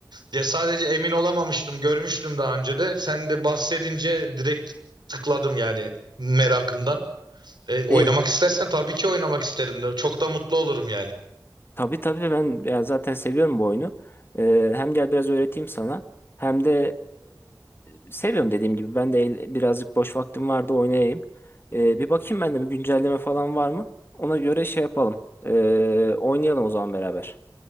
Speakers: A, on the right; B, on the left.
A: Ya sadece emin olamamıştım. Görmüştüm daha önce de. Sen de bahsedince direkt tıkladım yani merakımdan. E, oynamak
B: E,
A: istersen tabii ki oynamak isterim de. Çok da mutlu olurum yani.
B: Tabii tabii ben yani zaten seviyorum bu oyunu. Ee, hem gel biraz öğreteyim sana. Hem de e, seviyorum dediğim gibi. Ben de el- birazcık boş vaktim vardı oynayayım. Ee, bir bakayım ben de bir güncelleme falan var mı? Ona göre şey yapalım. Ee, oynayalım o zaman beraber.